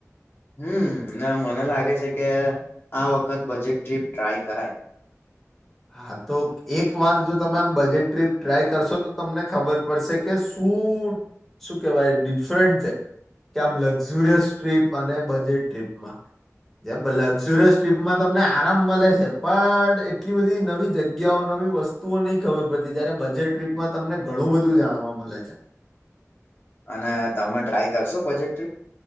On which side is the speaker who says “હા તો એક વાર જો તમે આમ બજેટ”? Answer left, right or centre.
Centre